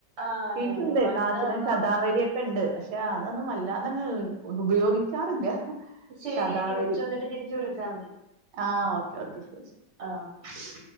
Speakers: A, on the right; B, on the right.
A: ആഹ് അതെ
B: വീട്ടിലുണ്ട്
A: അതെ മണ്ണ്
B: കാച്ചില ശതാവരിക്കെ
A: ആ
B: ക്ക ഉണ്ട് പക്ഷെ അതൊന്നും വല്ലാതെങ്ങ് ഉപയോഗിക്കാറില്ല.
A: ശരിയെങ്കി
B: ശതാവരി
A: വെച്ചൊ ന്നിട്ട് തിരിച്ച് വിളിച്ചാ മതി
B: ആ ഓക്കെ ഓക്കെ ശരി. ശരി.
A: ആഹ്